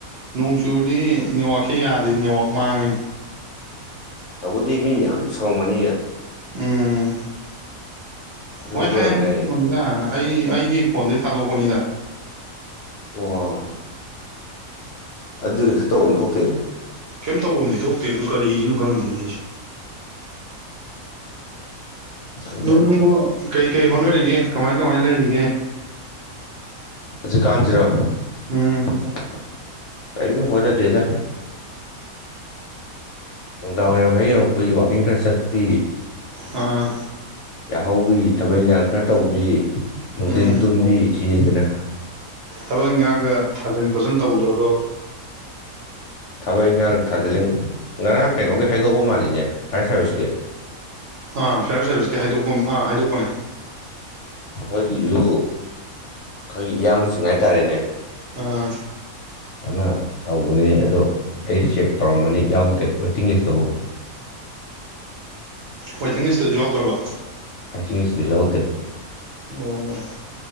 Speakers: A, on the right; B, on the left.
A: ꯅꯣꯡ ꯆꯨꯨꯔꯗꯤ ꯅꯦꯠꯋꯥꯛꯁꯦ ꯌꯥꯗꯦ ꯅꯦꯋꯥꯛ ꯃꯥꯡꯉꯦ꯫
B: ꯇꯧꯕꯗꯤ ꯃꯤ ꯃꯌꯥꯝ ꯁꯥꯝꯃꯝꯒꯅꯤꯌꯦ꯫
A: ꯎꯝ
B: ꯑꯗꯨꯅꯁꯨ
A: ꯋꯥꯏ ꯐꯥꯏ
B: ꯑꯣꯏꯔꯝꯕ
A: ꯍꯥꯏꯗꯤ
B: ꯌꯥꯏꯌꯦ
A: ꯀꯩꯅꯣꯅꯤꯗ ꯑꯩ ꯑꯩꯒꯤ ꯐꯣꯟꯗꯒꯤ ꯊꯥꯗꯣꯛꯄꯅꯤꯗ꯫
B: ꯑꯣ ꯑꯗꯨꯗꯤ ꯀꯩꯁꯨ ꯇꯧꯕꯝ ꯊꯣꯛꯇꯦ꯫
A: ꯀꯩꯝ ꯇꯧꯕꯝꯗꯤ ꯊꯣꯛꯇꯦ ꯑꯗꯨ ꯀꯔꯤꯒꯤꯅꯣ ꯈꯪꯗꯦꯅꯣ ꯑꯩꯁꯨ
B: ꯈꯪꯗꯦ
A: ꯑꯗꯣ ꯅꯪꯕꯨ ꯀꯩ ꯀꯩ ꯍꯣꯠꯅꯔꯤꯒꯦ ꯀꯃꯥꯏ ꯀꯃꯥꯏꯅ ꯂꯩꯔꯤꯒꯦ꯫
B: ꯍꯧꯖꯤꯛꯀꯥꯟꯁꯤꯔꯣ꯫
A: ꯎꯝ
B: <inaudible> ꯀꯔꯤꯝꯇꯥ ꯍꯣꯠꯅꯗꯦꯗꯥ ꯅꯨꯡꯗꯥꯡ ꯋꯥꯏꯔꯝ ꯍꯦꯛ ꯌꯧꯔꯛꯄꯩ ꯋꯥꯛꯀꯤꯡ ꯈꯔ ꯆꯠꯄꯤ꯫
A: ꯑꯥ
B: ꯌꯥꯍꯧꯕꯤ ꯊꯕꯛ ꯏꯪꯈꯥꯡ ꯈꯔ ꯇꯧꯕꯤ ꯅꯨꯡꯊꯤꯟ
A: ꯎꯝ
B: ꯇꯨꯝꯕꯤ ꯁꯤꯅꯤꯗꯅ
A: ꯊꯕꯛ ꯏꯪꯈꯥꯡꯒ ꯊꯥꯖꯟ ꯈꯣꯠꯆꯟ ꯇꯧꯗ꯭ꯔꯕꯥꯕꯥ
B: ꯊꯥꯕꯛ ꯏꯪꯈꯥꯡ ꯊꯥꯖꯜꯂꯤ ꯉꯔꯥꯡ ꯀꯩꯅꯣꯒꯤ ꯍꯥꯏꯗꯣꯛꯄꯥ ꯃꯥꯜꯂꯤꯅꯦ ꯐꯥꯏꯌꯥꯔ ꯁꯥꯔꯚꯤꯁꯀꯤ꯫
A: ꯑꯥ ꯐꯤꯌꯔ ꯁꯥꯔꯚꯤꯁꯁꯀꯤ ꯍꯥꯏꯗꯣꯛꯄ ꯑꯥ ꯍꯥꯏꯗꯣꯛꯄꯅꯦ꯫
B: ꯑꯩꯈꯣꯏꯒꯤꯁꯨ ꯑꯩꯈꯣꯏꯒꯤ ꯏꯌꯥꯝꯕꯁꯤꯡ ꯍꯥꯏꯇꯥꯔꯦꯅꯦ꯫
A: ꯑꯥ
B: ꯑꯃ ꯇꯧꯕꯅꯤ ꯑꯗꯣ ꯑꯩ ꯆꯦꯛ ꯇꯧꯔꯝꯕꯅꯤ ꯌꯥꯎꯗꯦ ꯋꯦꯇꯤꯡ ꯂꯤꯁꯇꯕꯨ꯫
A: ꯋꯦꯇꯤꯡ ꯂꯤꯁꯇꯁꯨ ꯌꯥꯎꯗ꯭ꯔꯕ꯫
B: ꯑꯥꯏꯊꯤꯡ ꯏꯁꯇꯨ ꯌꯥꯎꯗꯦ꯫
A: ꯑꯣ